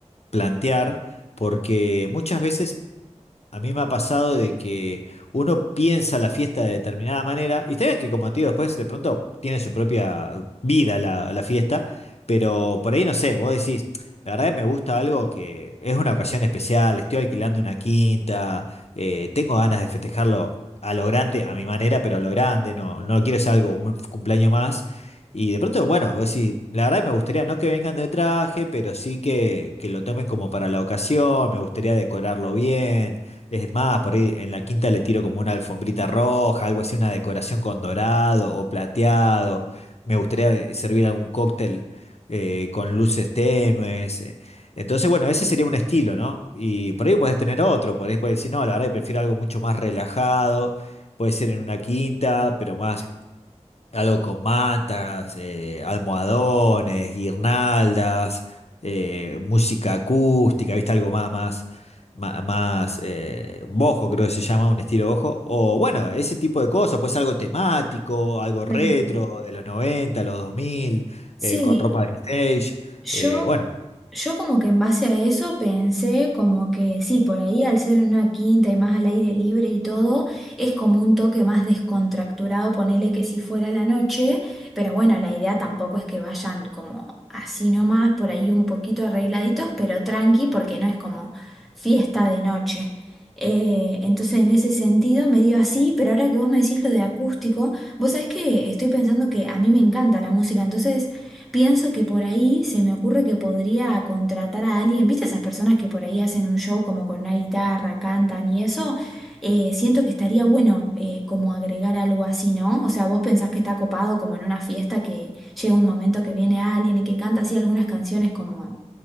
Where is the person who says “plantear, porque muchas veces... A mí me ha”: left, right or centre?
Left